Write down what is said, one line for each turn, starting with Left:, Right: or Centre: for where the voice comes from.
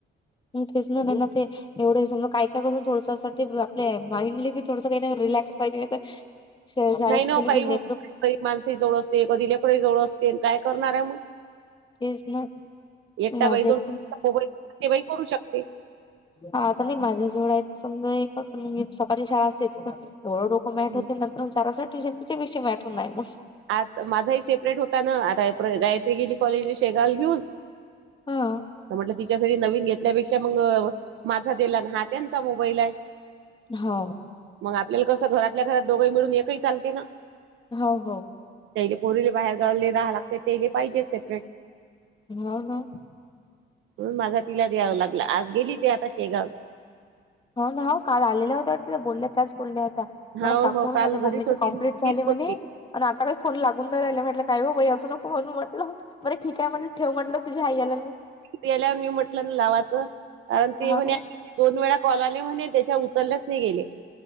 Left: तेच ना ना ते <inaudible> एवढे समज काय का करसून थोडसठी आपल्या माइंडली बी थोडसं काही रिलॅक्स पाहिजे ना तर शाळेत
Right: नाही ना
Left: गेले
Right: काही
Left: की
Right: <unintelligible>
Left: लेकर
Right: कधी माणसाही जवळ असते कधी लेकरही जवळ असते. तेन काय करणार आहे मग.
Left: तेच ना
Right: एकटा
Left: माझं
Right: बाैजोडबाईल
Left: एक
Right: ते बाई करू शकते?
Left: हा आता नाही माझ्याजवळ आहे समजा पण सकाळी शाळा असते त पण एवढं की मॅट
Right: हं.
Left: होते नंतर विचारा ट्यूशन त्याच्या पेक्षी मॅटून नाही मस्.
Right: आ माझा ह सेपरेट होता ना आता गायत्री गेली कॉलेजला शेगावल घेऊन.
Left: हो
Right: म्हटलं तिच्यासाठी नवीन घेतल्यापेक्षा मग माझा देलान हा त्यांचा मोबाईल आहे.
Left: हो
Right: मग आपल्याला कसं घरातल्या घरात दोघंही मिळून एकही चालते ना.
Left: हो हो
Right: तेैले पोरीले बाहेर गावले राहा लागते तेैले पाहिजे सेपरेट
Left: हो ना
Right: म्हणून माझा तिला द्यावं लागला आज गेली ते आता शेगाव.
Left: हो ना हो काल आलेला होता. बोलल्या त्याच बोलल्या आता
Right: हो
Left: मण काकू
Right: हो
Left: म्हण
Right: काल
Left: माझ्या मम्मीचे
Right: घरीच होती
Left: कमप्लीट
Right: तीच
Left: झाले म्हणे.
Right: बोलली
Left: आणि आता काही फोन लागून न राहिले म्हटलं नाही हो बाई असं नको म्हणू म्हटलं. मर ठीक आहे म्हटलं ठेव म्हटलं तुझ्या आई याला मी
Right: ल्यावर मी म्हंटलं ना लावाचं कारण ते
Left: हो
Right: म्हणे
Left: ना
Right: दोन वेळा कॉल आले म्हणे त्याच्या उतरल्याच नाही गेले.